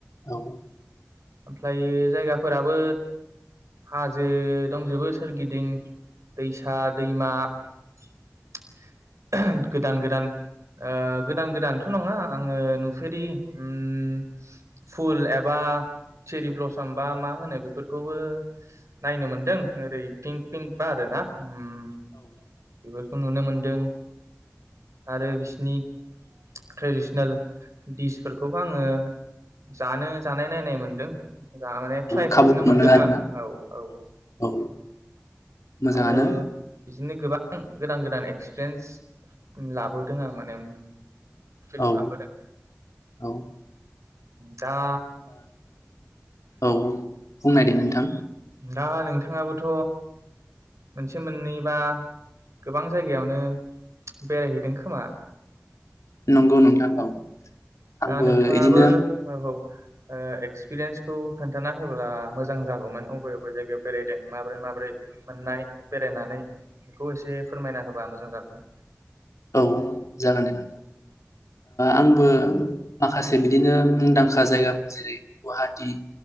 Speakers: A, on the left (about 80°); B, on the right (about 70°).
A: औ
B: ओमफ्रायो जायगाफोराबो हाजो दंजोबो सोरगिदिं दैसा दैमा <unintelligible> गोदान गोदान ओ गोदान गोदानथ' नङा आङो नुफेरि ओम फुल एबा चेरि ब्ल'सम बा मा होनो बेफोर खौबो नायनो मोनदों ओरै पिंक पिंक बारो ना ओम बेफोर खौ नुनो मोनदों आरो बिसिनि ट्रेडिसनेल डिसफोर खौबो आङो जानो जानाय नायनाय मोनदों जा माने ट्राय
A: खाबुखौ
B: मोनदों
A: आरोना
B: आं औ औ
A: औ मोजाङानो
B: आरो बिजो नि गोबां गोदान गोदान एक्सपिरियेन्स लाबोदों आं माने फिल
A: औ
B: खालामबोदों
A: औ
B: दा
A: औ बुंनायदो नोंथां
B: दा नोंथाङाबोथ' मोनसे मोननैबा गोबां जायगायावनो बेरायहैदों खोमा
A: नंगौ नोंथां औ आंबो
B: दा नोंथाङाबो
A: इदिनो
B: औ ओ एक्सपिरियेन्सखौ खोन्थाना होब्ला मोजां जागौमोन अब बे बबे जायगायाव बेरायदों माब्रै माब्रै मोननाय बेरायनानै बेखौ एसे फोरमायना होबा मोजां जागौ <inaudible>
A: औ जागोन दे ओ आंबो माखासे बिदिनो मुंदांखा जायगाफोर जेरै गुवाहाटि